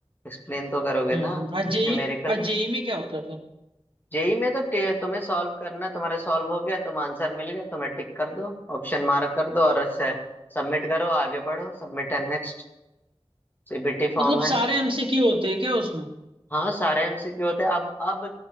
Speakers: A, on the left; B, on the right.
A: एक्सप्लेन तो करोगे
B: हम्म
A: ना
B: हम्म और जेई
A: न्यूमेरिकल
B: और जेई में क्या होता है फिर
A: जेई में तो टे- तुम्हें सॉल्व करना है तुम्हारा सॉल्व हो गया तुम आंसर मिल गया तुम्हें टिक कर दो ऑप्शन मार्क कर दो और सबमिट करो आगे बढ़ो submit and next CBT form
B: मतलब
A: है
B: सारे एमसीक्यू होते हैं क्या उसमें
A: हाँ सारे एमसीक्यू होते हैं अब अब